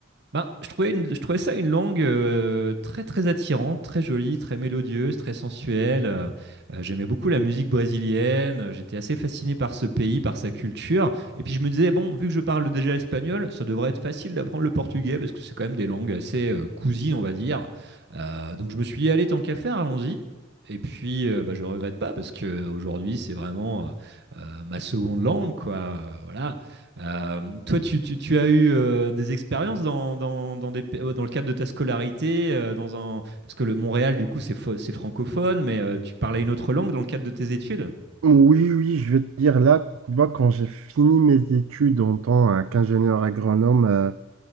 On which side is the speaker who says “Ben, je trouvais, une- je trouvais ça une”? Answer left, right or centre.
Right